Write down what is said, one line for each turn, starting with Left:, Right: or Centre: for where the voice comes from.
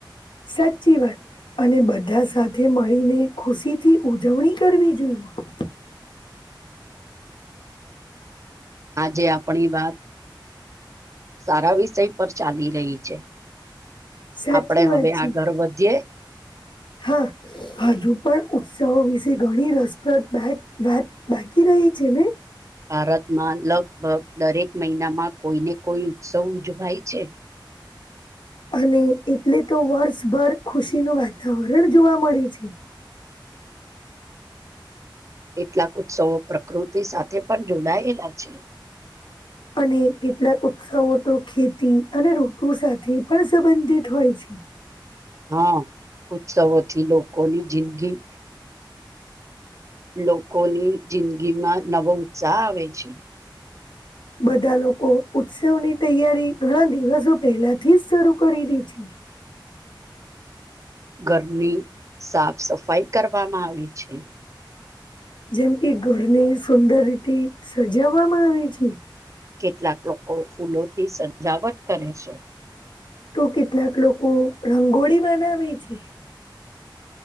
Left: સાચી વાત. અને બધા સાથે મળીને ખુશીથી ઉજવણી કરવી જોઈએ.
Right: આજે આપણી વાત. સારા વિષય પર ચાલી રહી છે.
Left: સાચી
Right: આપડે હવે
Left: વાત
Right: આ
Left: છે
Right: ઘર વધીએ.
Left: હા. હજુ પણ ઉત્સવો વિશે ઘણી રસપ્રદ વાત બાકી રહી છે ને.
Right: ભારતમાં લગભગ દરેક મહિનામાં કોઈ ને કોઈ ઉત્સવ ઉજવાય છે.
Left: અને એટલે તો વર્ષભર ખુશીનું વાતાવરણ જોવા મળે છે.
Right: કેટલાક ઉત્સવો પ્રકૃતિ સાથે પણ જોડાયેલા છે.
Left: અને કેટલાક ઉત્સવો તો ખેતી અને રોટુ સાથે પણ સંબંધિત હોય છે.
Right: હા ઉત્સવોથી લોકોની જિંદગી. લોકોની જિંદગીમાં નવો ઉત્સાહ આવે છે.
Left: બધા લોકો ઉત્સવની તૈયારી ઘણા દિવસો પહેલાથી જ શરૂ કરી રે છે.
Right: ઘરની સાફ સફાાઈ કરવામાં આવી છે.
Left: જેમ કે ઘરની સુંદર રીતે સજાવવામાં આવે છે
Right: કેટલાક લોકો ફૂલોથી સજાવટ કરે છે.
Left: તોું કેટલાક લોકો રંગોળી બનાવે છે.